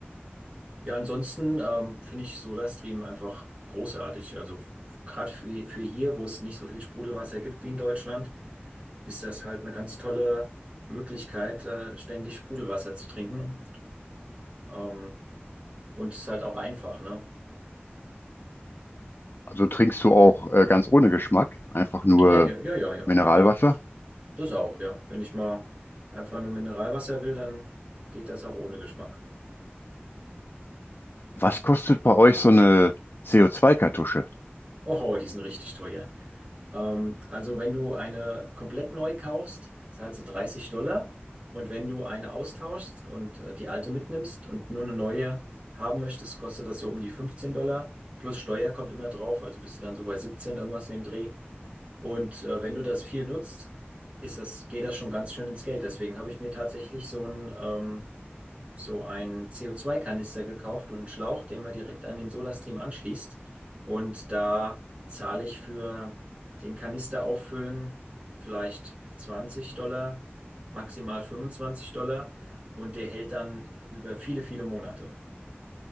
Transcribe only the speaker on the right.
Ja, ansonsten ähm, finde ich Sodastream einfach großartig. Also gerade für, für hier, wo es nicht so viel Sprudelwasser gibt wie in Deutschland, ist das halt eine ganz tolle Möglichkeit, äh, ständig Sprudelwasser zu trinken. Ähm, und es ist halt auch einfach, ne?
Ja, ja, ja, ja, ja,
ja, das Das auch, ja. Wenn ich mal einfach nur Mineralwasser will, dann geht das auch ohne Geschmack.
Oh, die sind richtig teuer. Ähm, also wenn du eine komplett neu kaufst, zahlst du 30 Dollar. Und wenn du eine austauschst und äh, die alte mitnimmst und nur eine neue haben möchtest, kostet das so um die 15 Dollar. Plus Steuer kommt immer drauf, also bist du dann so bei 17 irgendwas in dem Dreh. Und äh, wenn du das viel nutzt, ist das, geht das schon ganz schön ins Geld. Deswegen habe ich mir tatsächlich so ein ähm, so einen CO2-Kanister gekauft und einen Schlauch, den man direkt an den SodaStream anschließt. Und da zahle ich für den Kanister auffüllen vielleicht 20 Dollar, maximal 25 Dollar. Und der hält dann über viele, viele Monate.